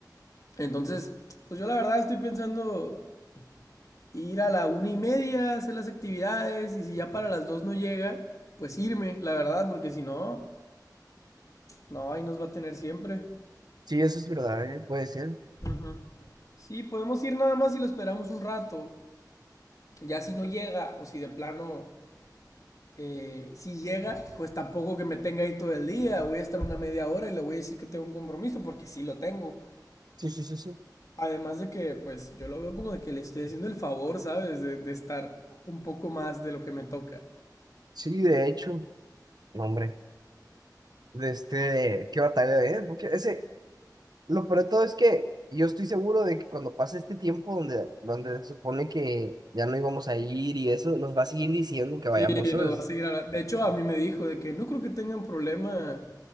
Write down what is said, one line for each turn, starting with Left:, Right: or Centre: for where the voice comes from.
Left: Entonces, pues yo la verdad estoy pensando ir a la una y media a hacer las actividades y si ya para las dos no llega, pues irme, la verdad, porque si no, no, ahí nos va a tener siempre.
Right: Sí, eso es verdad, ¿eh? Puede ser.
Left: Ujú. Sí, podemos ir nada más si lo esperamos un rato. Ya si no llega o si de plano, eh, si llega, pues tampoco que me tenga ahí todo el día. Voy a estar una media hora y le voy a decir que tengo un compromiso porque sí lo tengo.
Right: Sí, sí, sí, sí.
Left: Además de que, pues yo lo veo como de que le estoy haciendo el favor, ¿sabes? De, de estar un poco más de lo que me toca.
Right: Sí, de hecho. No, hombre. De este, qué batalla, ¿eh? Porque ese, lo peor de todo es que yo estoy seguro de que cuando pase este tiempo donde, donde se supone que ya no íbamos a ir y eso, nos va a seguir diciendo que vayamos,
Left: Sí,
Right: ¿sabes?
Left: nos va a seguir hablando. De hecho, a mí me dijo de que no creo que tengan problema